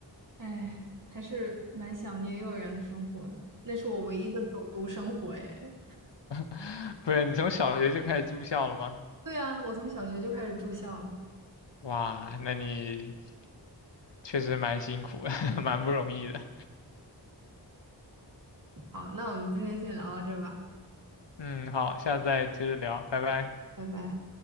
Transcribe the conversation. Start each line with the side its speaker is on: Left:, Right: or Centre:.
Right: 哎，还是蛮想念幼儿园的生活的，那是我唯一的走读生活耶。
Left: <laughs> 不是，你从小学就开始住校了吗？
Right: 对啊，我从小学就开始住校了。
Left: 哇，那你确实蛮辛苦的，<laughs> 蛮不容易的。
Right: 好，那我们今天先聊到这儿吧，
Left: 嗯，好，下次再接着聊，拜拜。
Right: 拜拜。